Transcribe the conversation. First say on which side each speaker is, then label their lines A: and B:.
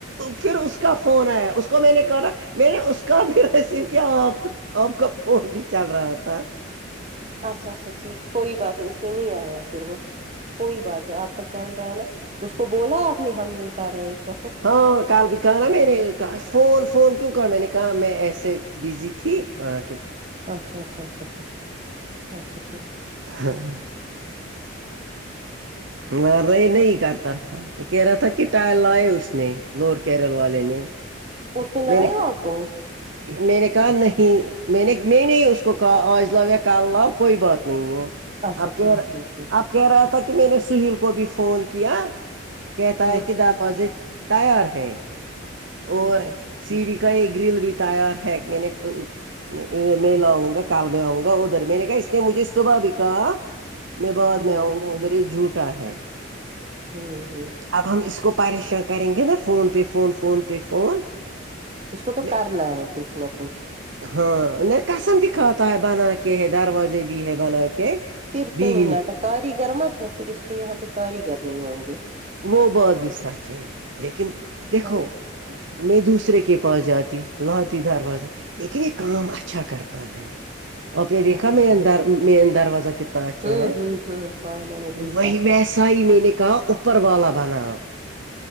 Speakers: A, on the right; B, on the right.
A: پھر اس کا فون آیا اس کو میں نے کہا نہ میں نے اس کا بھی ریسیو کیا آپ کا آپ کا فون بھی چل رہا تھا
B: اچھا اچھا ٹھیک کوئی بات نہیں اس میں نہیں آیا پھر وہ کوئی بات نہیں آپ کا چل رہا ہے نا اس کو بولا آپ نے ہم یہ کر رہے ہیں اس وقت
A: ہاں کل بھی کہا نہ میں نے کہ فون فون کیوں کر میں نے کہا میں ایسے بزی تھی کہاں کے
B: اچھا اچھا اچھا ٹھیک اچھا ٹھیک
A: ہاں مار یہ نہیں کرتا تھا یہ کہہ رہا تھا کہ ٹائر لائے اس نے لور کیرل والے نے
B: اس لائے
A: میں نے
B: آپ کو
A: میں نے کہا نہیں میں نے میں نے اس کو کہا آج لاؤ یا کال لاؤ کوئی بات نہیں ہے
B: اچھا
A: اب کہہ
B: ٹھیک
A: رہا
B: ٹھیک ٹھیک
A: اب کہہ رہا تھا کہ میں نے سہیل کو بھی فون کیا کہتا
B: ہوں
A: ہے کہ دروازے تیار ہے
B: ٹھیک
A: اور
B: ہے
A: سیڑھی کا یہ گرل بھی تیار ہے میں نے میں میں لاؤں گا کال میں آؤں گا ادھر میں نے کہا اس نے مجھے صبح بھی کہا میں بعد
B: ہوں
A: میں آؤں گا ادھر یہ جھوٹا ہے
B: ہوں ہوں
A: اب ہم اس کو پریشان کریں گے نا فون پے فون فون پے فون
B: اس کو تو
A: میں
B: کرنا ہے کچھ نہ کچھ
A: ہاں نہیں قسم د کھاتا ہے بناا کے ہے دروازے بھی ہے بن کے
B: پھر کیوں
A: بیوی
B: نہیں
A: نے
B: لاتا کاریگر مت ہے پھر اس کے یہاں پہ کاریگر نہیں ہوں گی
A: وہ بات بھی سچ ہے لیکن دیکھو
B: ہے نا
A: میں دوسرے کے پاس جاتی لاتی دروازے لیکن یہ کام اچھا کرتا ہے آپ نے دیکھا
B: اچھا
A: مین
B: ٹھیک
A: در مین دروازہ کتنا نا
B: ہوں
A: اھا ہے
B: ہوں ہوں ہاں میں نے دیکھا
A: وہ ویسا ہی میں نے کہا پروا بناؤ